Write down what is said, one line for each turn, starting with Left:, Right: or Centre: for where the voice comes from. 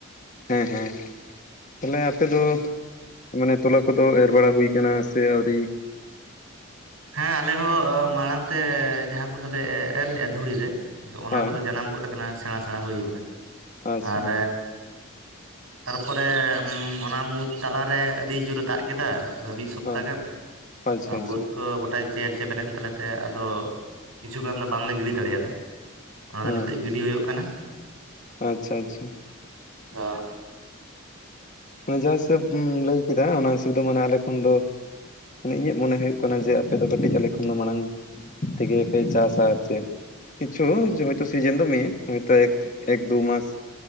Left: ᱦᱮᱸ ᱦᱮᱸ ᱛᱟᱦᱞᱮ ᱟᱯᱮ ᱫᱚ ᱢᱟᱱᱮ ᱛᱚᱞᱟ ᱠᱚᱫᱚ ᱮᱨ ᱵᱟᱲᱟ ᱦᱩᱭ ᱠᱟᱱᱟ ᱥᱮ ᱟᱹᱣᱨᱤ?
Right: ᱦᱮᱸ ᱟᱞᱮ ᱦᱚᱸ ᱢᱟᱲᱟᱝ ᱛᱮ ᱡᱟᱦᱟᱸ ᱠᱚᱫᱚᱞᱮ ᱮᱨ ᱞᱮᱜᱼᱟ ᱫᱷᱩᱲᱤ ᱨᱮᱼᱼ ᱚᱱᱟ
Left: ᱦᱳᱭ
Right: ᱠᱚᱫᱚ ᱡᱟᱱᱟᱢ ᱜᱚᱫ ᱟᱠᱟᱱᱟ ᱥᱮᱬᱟ ᱥᱮᱬᱟ ᱦᱩᱭ ᱟᱠᱟᱱᱟ
Left: ᱟᱪᱪᱷᱟ
Right: ᱟᱨ ᱛᱟᱨ ᱯᱚᱨᱮ ᱚᱱᱟ <unintelligible> ᱛᱟᱞᱟᱨᱮ ᱟᱹᱰᱤ ᱡᱩᱨᱮ ᱫᱟᱜ ᱠᱮᱫᱟ ᱢᱤᱫ ᱥᱚᱯᱛᱟ
Left: ᱦᱚᱸ
Right: ᱜᱟᱱ
Left: ᱟᱪᱪᱷᱟ ᱟᱪᱪᱷᱟ
Right: ᱵᱟᱹᱫᱽᱼᱼ ᱜᱚᱴᱟ ᱪᱮᱦᱮᱞ ᱪᱮᱯᱮᱞᱮᱱ ᱛᱟᱞᱮ ᱛᱮ ᱟᱫᱚ ᱠᱤᱪᱷᱩ ᱜᱟᱱ ᱫᱚ ᱵᱟᱝᱞᱮ ᱜᱤᱰᱤ ᱫᱟᱲᱮᱭᱟᱫᱟ ᱚᱱᱟ
Left: ᱦᱩᱸ
Right: ᱫᱚ ᱱᱤᱛᱚᱜ ᱜᱤᱰᱤ ᱦᱩᱭᱩᱜ ᱠᱟᱱᱟ
Left: ᱟᱪᱪᱷᱟ ᱟᱪᱪᱷᱟ
Right: <unintelligible>
Left: ᱢᱟᱱᱮ ᱡᱟᱦᱟ ᱦᱤᱥᱟᱹᱵᱽ ᱞᱟᱹᱭ ᱠᱮᱫᱟ ᱚᱱᱟ ᱦᱤᱥᱟᱹᱵᱽ ᱫᱚ ᱢᱟᱱᱮ ᱟᱞᱮ ᱠᱷᱚᱱ ᱫᱚ ᱢᱟᱱᱮ ᱤᱧᱟᱹᱜ ᱢᱚᱱᱮ ᱦᱩᱭᱩᱜ ᱠᱟᱱᱟ ᱡᱮ ᱟᱯᱮ ᱫᱚ ᱠᱟᱹᱴᱤᱡ ᱟᱞᱮ ᱠᱷᱚᱱ ᱫᱚ ᱢᱟᱲᱟᱝ ᱛᱮᱜᱮ ᱯᱮ ᱪᱟᱥᱟ ᱟᱨ ᱪᱮᱜ? ᱠᱤᱪᱷᱩ ᱡᱮᱦᱮᱛᱩ ᱥᱤᱡᱮᱱ ᱫᱚ ᱢᱤᱫ ᱦᱚᱭᱛᱳ ᱮᱠ ᱮᱠ ᱫᱩ ᱢᱟᱥ